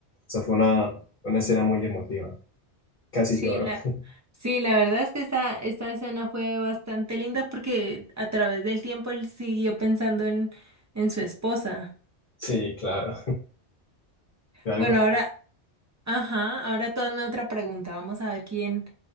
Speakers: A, on the left; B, on the right.
A: Eso fue una, una escena muy emotiva. Casi
B: Sí,
A: lloro.
B: la,
A: <laughs>
B: sí, la verdad es que esta, esta escena fue bastante linda porque a través del tiempo él siguió pensando en, en su esposa.
A: Sí, claro. Fue algo
B: Bueno, ahora
A: muy...
B: Ajá, ahora tú hazme otra pregunta. Vamos a ver quién.